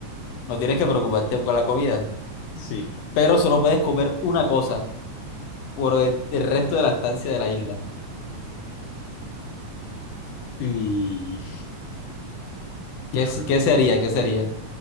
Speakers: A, on the left; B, on the left.
A: No tienes que preocuparte con la comida,
B: Sí.
A: pero solo puedes comer una cosa por el, el resto de la estancia de la isla.
B: Y
A: ¿Qué,
B: <sighs>
A: es- qué sería? ¿Qué sería?